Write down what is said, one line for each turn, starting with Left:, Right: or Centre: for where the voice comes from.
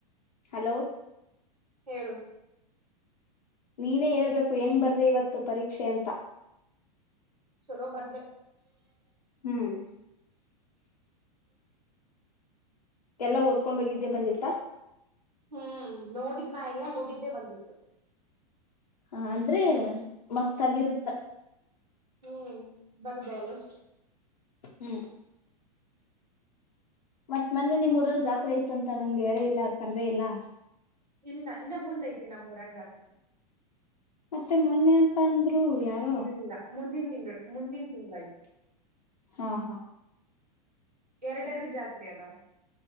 Left: ಹಲೋ
Right: ಹೇಳು
Left: ನೀನೇ ಹೇಳ್ಬೇಕು ಹೆಂಗ್ ಬರ್ದೆ ಇವತ್ತು ಪರೀಕ್ಷೆ ಅಂತ
Right: ಚಲೋ ಬರ್ದೇ
Left: ಹ್ಮ್ ಎಲ್ಲಾ ಓದ್ಕೊಂಡೋಗಿದ್ದೆ ಬಂದಿತ್ತ
Right: ಹ್ಮ್ ನೋಡಿದ್ ನಾ ಎಲ್ಲಾ ನೋಡಿದ್ದೇ ಬಂದಿತ್ತು
Left: ಹ ಅಂದ್ರೆ ಮಸ್ತ್ ಆಗಿರುತ್ತ
Right: ಹ್ಮ್ ಬರದೇ ಅಲ್ಲಷ್ಟು
Left: ಹ್ಮ್ ಮತ್ತ್ ಮೊನ್ನೆ ನಿಮ್ಮೂರರ್ ಜಾತ್ರೆ ಇತ್ ಅಂತ ನಂಗೆ ಎಳೇ ಇಲ್ಲ ಕರ್ದೇ ಇಲ್ಲ
Right: ಇಲ್ಲ ಇನ್ನ ಮುಂದ್ ಐತಿ ನಮ್ಮೂರ ಜಾತ್ರಿ
Left: ಮತ್ತೆ ಮೊನ್ನೆ ಅಂತ ಅಂದ್ರು ಯಾರೋ
Right: ಇಲ್ಲ ಮುಂದಿನ ತಿಂಗಳು ಮುಂದಿನ ತಿಂಗಳಾಯ್ತು
Left: ಹಾ ಹಾ
Right: ಎರಡೆರಡು ಜಾತ್ರೆ ಅದಾ